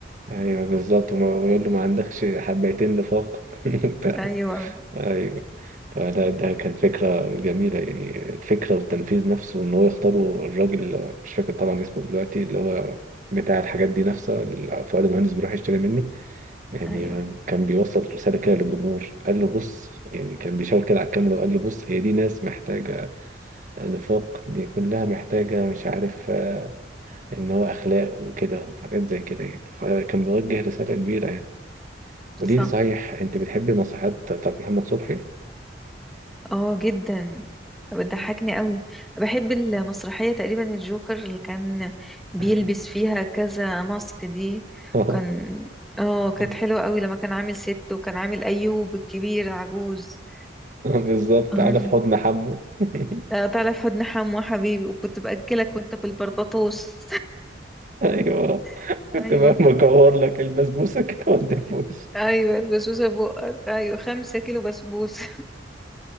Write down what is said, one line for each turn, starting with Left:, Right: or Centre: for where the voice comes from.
Right: أيوه بالظبط وما- ويقول له ما عندكش حبيتين نفاق <laughs>
Centre: ايوه
Right: ايوه فده ده كان فكرة جميلة يعني الفكرة والتنفيذ نفسه ان هو يختاروا الراجل مش فاكر طبعا اسمه دلوقتي اللي هو بتاع الحاجات دي نفسه اللي فؤاد المهندس بيروح يشتري منه يعني
Centre: ايوه
Right: كان بيوصل رسالة كده للجمهور قال له بص يعني كان بيشاور كده على الكاميرا وقال له بص هي دي ناس محتاجة نفاق دي كلها محتاجة مش عارف آه، ان هو اخلاق وكده وحاجات زي كده يعني فكان بيوجه رسالة كبيرة يعني ودي
Centre: صح
Right: صحيح انت بتحبي المسرحيات بتاعت محمد صبحي؟
Centre: اه جدا بتضحكني
Right: مم.
Centre: قوي بحب المسرحية تقريبا الجوكر اللي كان بيلبس
Right: أيوة.
Centre: فيها كذا ماسك دي
Right: آه.
Centre: كان اه كانت
Right: <laughs>
Centre: حلوة قوي لما كان عامل ست وكان عامل ايوب الكبير العجوز
Right: بالظبط
Centre: <laughs>
Right: انا في حضن حمو <laughs>
Centre: آه، تعرف حد نحم وحبيبي وكنت بأكلك وانت بالبربطوس
Right: ايوه
Centre: <laughs>
Right: كنت
Centre: ايوه
Right: بقى بكور لك البسبوسه كده <laughs> وانت في وشي.
Centre: ايوه البسبوسة بقك ايوه خمسة كيلو بسبوسة